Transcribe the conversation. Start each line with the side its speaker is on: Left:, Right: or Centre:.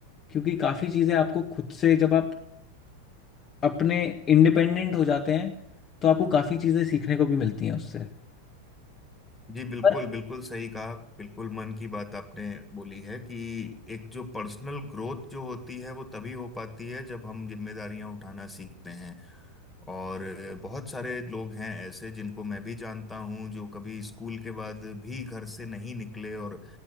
Left: क्योंकि काफ़ी चीज़ें आपको खुद से जब आप अपने इंडिपेंडेंट हो जाते हैं तो आपको काफ़ी चीज़ें सीखने को भी मिलती हैं उससे
Centre: जी बिल्कुल
Left: पर
Centre: बिल्कुल सही कहा बिल्कुल मन की बात आपने बोली है कि एक जो पर्सनल ग्रोथ जो होती है वो तभी हो पाती है जब हम जिम्मेदारियां उठाना सीखते हैं और बहुत सारे लोग हैं ऐसे जिनको मैं भी जानता हूं जो कभी स्कूल के बाद भी घर से नहीं निकले और